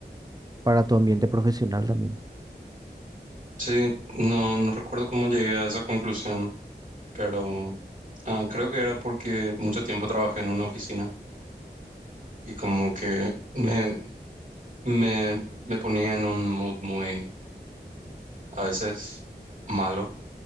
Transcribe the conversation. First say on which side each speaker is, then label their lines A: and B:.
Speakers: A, on the right; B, on the right.
A: para tu ambiente profesional también.
B: Sí, no, no recuerdo cómo llegué a esa conclusión, pero ah, creo que era porque mucho tiempo trabajé en una oficina y como que me, me, me ponía en un mood muy, a veces malo,